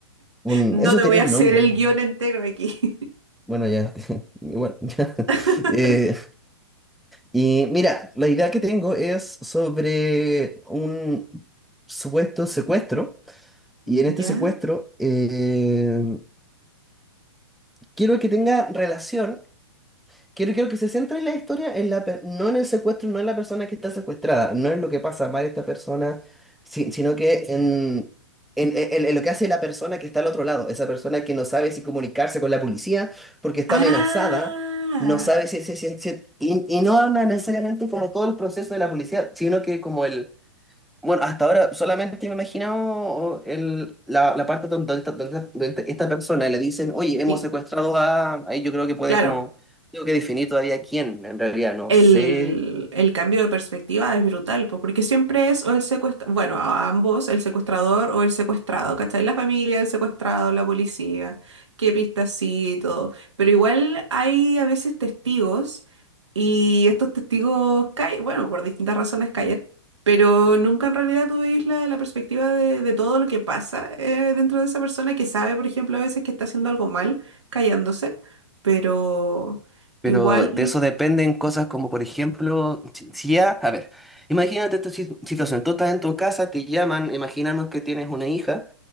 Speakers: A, in the centre; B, on the right.
A: un-
B: No
A: eso
B: te
A: tenía
B: voy a hacer
A: un nombre,
B: el
A: ¿no?
B: guión entero aquí.
A: Bueno, ya, <laughs> igual. <laughs> ya.
B: <laughs>
A: Eh, y mira, la idea que tengo es sobre un supuesto secuestro Y en
B: ¿Ya?
A: este secuestro, eh, quiero que tenga relación, quiero, quiero que se centre en la historia, en la, per- no en el secuestro, no en la persona que está secuestrada, no en lo que pasa mal esta persona, si- sino que en, en, en- en lo que hace la persona que está al otro lado, esa persona que no sabe si comunicarse con la policía porque está
B: Ah,
A: amenazada, no sabe si... si, si- si- y, y no habla necesariamente como todo el proceso de la policía, sino que como el bueno, hasta ahora solamente me he imaginado oh, el, la, la parte donde, esta- donde, esta donde esta persona le dicen, oye, hemos
B: sí,
A: secuestrado a... Ahí yo creo que puede
B: claro.
A: como... Tengo que definir todavía quién, en realidad, no
B: el,
A: sé.
B: el cambio de perspectiva es brutal, po, porque siempre es o el secuestrador, bueno, a ambos, el secuestrador o el secuestrado, ¿cachai? La familia, el secuestrado, la policía, qué pistas sí y todo. Pero igual hay a veces testigos y estos testigos caen, bueno, por distintas razones caen. Pero nunca en realidad tú veis la, la perspectiva de, de todo lo que pasa eh, dentro de esa persona que sabe, por ejemplo, a veces que está haciendo algo mal, callándose, pero
A: Pero
B: igual...
A: de eso dependen cosas como, por ejemplo, si si ya... A ver, imagínate esta si- situación. Tú estás en tu casa, te llaman, imaginamos que tienes una hija,